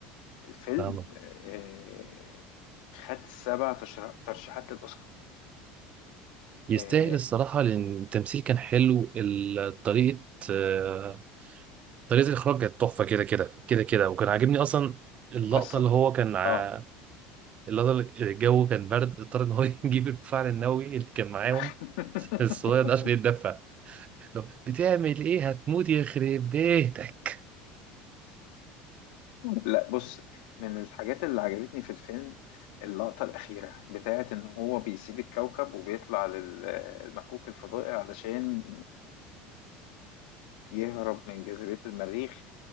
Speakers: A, on the left; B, on the right.
A: الفيلم
B: فاهمة
A: آه، خد سبع تشر- ترشيحات للأوسكار
B: يستاهل
A: آه،
B: الصراحة لأن التمثيل كان حلو ال- طريقة آه، طريقة الإخراج كانت تحفة كده كده كده كده وكان عاجبني أصلا اللقطة
A: القصة
B: اللي هو كان ع-
A: آه
B: اللقطة اللي الجو كان برد اضطر إن هو <laughs> يجيب الفعل النووي اللي كان معاهم
A: <laughs>
B: الصغير ده عشان يتدفى لو بتعمل ايه هتموت يخرب بيتك
A: لا بص من الحاجات اللي عجبتني في الفيلم اللقطة الأخيرة بتاعة إن هو بيسيب الكوكب وبيطلع للمكوك الفضائي علشان يهرب من جاذبية المريخ